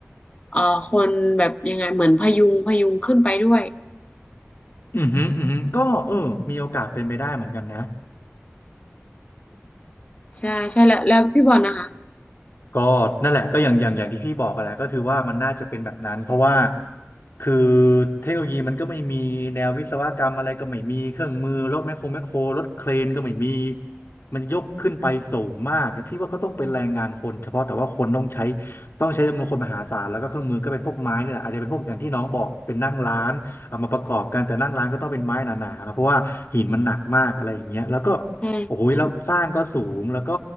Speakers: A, on the left; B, on the left.
A: เอ่อคนแบบยังไงเหมือนพยุงพยุงขึ้นไปด้วย
B: อือหืออือหือก็เออมีโอกาสเป็นไปได้เหมือนกันนะ
A: ใช่ใช่แล้วแล้วพี่บอลนะคะ
B: ก็นั่นแหละก็อย่างอย่างอย่างที่พี่บอกกันแหละก็คือว่ามันน่าจะเป็นแบบนั้นเพราะว่าคือเทคโนโลยีมันก็ไม่มีแนววิศวกรรมอะไรก็ไม่มีเครื่องมือรถแมคโครแมคโครรถเครนก็ไม่มีมันยกขึ้นไปสูงมากพี่ว่าก็ต้องเป็นแรงงานคนเฉพาะแต่ว่าคนต้องใช้ต้องใช้จำนวนคนมหาศาลแล้วก็เครื่องมือก็เป็นพวกไม้นี่แหละอาจจะเป็นพวกอย่างที่น้องบอกเป็นนั่งร้านเอามาประกอบกันแต่นั่งร้านก็ต้องเป็นไม้หนาๆนะเพราะว่าหินมันหนักมากอะไรอย่างเงี้ยแล้วก็
A: ใช่ใช่
B: โอ้ยแล้วสร้างก็สูงแล้วก็